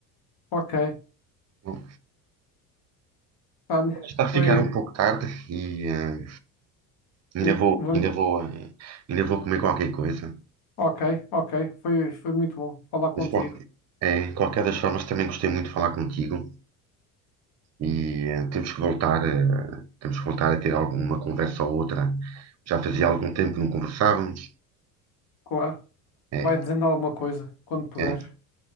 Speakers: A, on the left; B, on the right.
A: Ok.
B: Bom,
A: Tânia,
B: Está a ficar
A: foi.
B: um pouco tarde e eh, ainda
A: Sim,
B: vou,
A: vamos.
B: ainda vou, eh, ainda vou comer qualquer coisa.
A: Ok, ok. Foi, foi muito bom falar contigo.
B: Mas qualquer, é, qualquer das formas também gostei muito de falar contigo e eh, temos que voltar, eh, temos que voltar a ter alguma conversa ou outra. Já fazia algum tempo que não conversávamos.
A: Claro.
B: É,
A: Vai dizendo alguma coisa quando puder.
B: é.